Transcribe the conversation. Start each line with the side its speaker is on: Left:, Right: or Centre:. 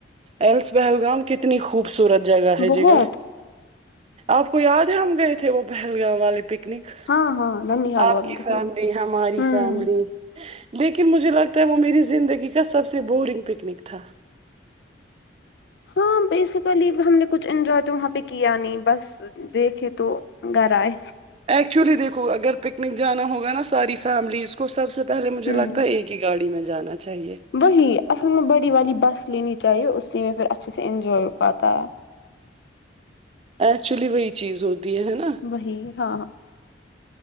Right: ایلس پہلگام کتنی خوبصورت جگہ ہے
Left: بہت
Right: جگر آپ کو یاد ہے ہم گئے تھے وہ پہلگام والے پکنک
Left: ہاں ہاں ننیحال والوں
Right: آپ کی
Left: کے ساتھ
Right: فیملی ہماری
Left: ہوں
Right: فیملی لیکن مجھے لگتا ہے وہ میری زندگی کا سب سے بورنگ پکنک تھا
Left: ہاں بیسیکلی ہم نے کچھ انجوائے تو وہاں پہ کیا نہیں بس دیکھے تو گھر آئے
Right: ایکچولی دیکھو اگر پکنک جانا ہوگا نا ساری فیملیز کو سب سے پہلے مجھے
Left: ہوں
Right: لگتا ہے ایک کی گاڑی میں جانا چاہیے
Left: وہی اصل میں بڑی والی بس لینی چاہیے اسی میں پھر اچھے سے انجوائے ہو پاتا ہے
Right: ایکچولی وہی چیز ہوتی ہے ہے نا
Left: وہی ہاں ہاں